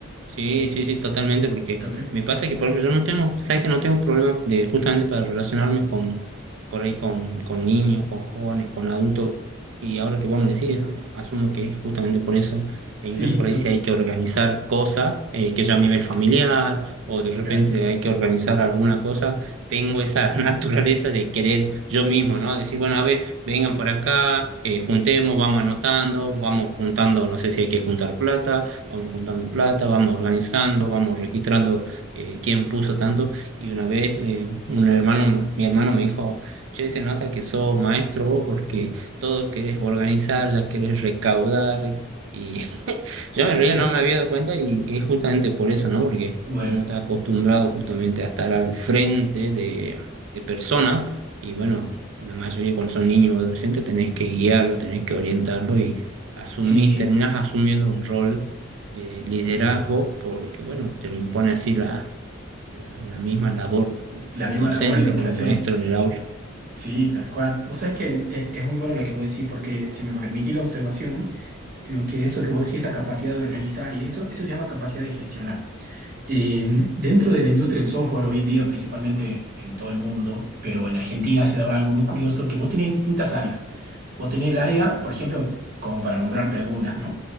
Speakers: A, on the right; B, on the right.
A: sí, sí, sí, totalmente, porque
B: Tote-
A: me pasa que, por ejemplo, yo no tengo, sabes que no tengo problemas de justamente para relacionarme con, por ahí con, con niños, con jóvenes, con adultos, y ahora que vos me decís, asumo que es justamente por eso, e
B: sí,
A: incluso por
B: tote-
A: ahí si hay que organizar cosas, eh, que ya a nivel familiar, o de repente
B: bien.
A: hay que organizar alguna cosa, tengo esa <laughs> naturaleza de querer yo mismo, ¿no? Decir, bueno, a ver, vengan por acá, eh, juntemos, vamos anotando, vamos juntando, no sé si hay que juntar plata vamos juntando plata, vamos organizando, vamos registrando eh, quién puso tanto. Y una vez eh, un hermano, mi hermano me dijo, che, se nota que sos maestro vos porque todo querés organizar, ya querés recaudar. Y <laughs> yo me reía,
B: Sí,
A: no me había dado cuenta y es justamente por eso, ¿no? Porque
B: Bueno,
A: uno está acostumbrado justamente a estar al frente de, de personas y bueno, en la mayoría cuando son niños o adolescentes tenés que guiarlo, tenés que orientarlo y asumís,
B: sí.
A: terminás asumiendo un rol de liderazgo, porque bueno, te lo impone así la, la, la misma labor eh,
B: la
A: como
B: misma
A: docente,
B: labor y lo que
A: como
B: haces,
A: maestro en
B: eh,
A: el aula.
B: sí, tal cual. Vos sabés que eh, es muy bueno lo que vos decís, porque si me permitís la observación, lo que es eso que vos decís, esa capacidad de organizar, y esto, eso se llama capacidad de gestionar. Eh, dentro de la industria del software, hoy en día, principalmente en todo el mundo, pero en Argentina se daba algo muy curioso, que vos tenés distintas áreas. Vos tenés el área, por ejemplo, como para nombrarte algunas, ¿no?